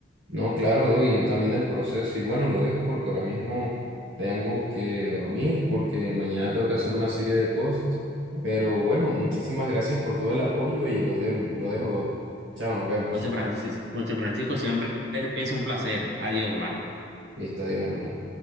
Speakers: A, on the right; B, on the right.
A: No, claro, Doggy, yo también del proceso. Y bueno, lo dejo porque ahora mismo tengo que dormir, porque mañana tengo que hacer una serie de cosas. Pero bueno, muchísimas gracias por todo el apoyo y lo de, lo dejo, Doc. Chao, nos vemos.
B: José Francisco, José Francisco, siempre es es un placer. Adiós, hermano.
A: Listo, adiós, hermano.